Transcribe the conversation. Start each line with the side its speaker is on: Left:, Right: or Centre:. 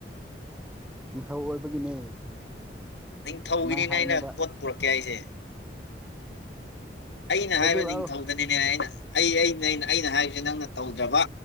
Centre: ꯅꯤꯡꯊꯧ ꯑꯣꯏꯕꯒꯤꯅꯦ
Left: ꯅꯤꯡꯊꯧꯒꯤꯅꯤꯅꯦ
Centre: ꯑꯗꯨꯃꯥꯏꯅ ꯍꯥꯏꯅꯣꯕ
Left: ꯑꯩꯅ ꯄꯣꯠ ꯄꯨꯔꯛꯀꯦ ꯑꯩꯁꯦ ꯑꯩꯅ
Centre: ꯍꯧꯖꯤꯛ
Left: ꯍꯥꯏꯕ
Centre: ꯂꯥꯛꯑꯣ
Left: ꯅꯤꯡꯊꯧꯧꯗꯅꯤꯅꯦ ꯑꯩꯅ ꯑꯩꯩꯅ ꯑꯩꯅ ꯍꯥꯏꯕꯁꯦ ꯅꯪꯅ ꯇꯧꯗ꯭ꯔꯕ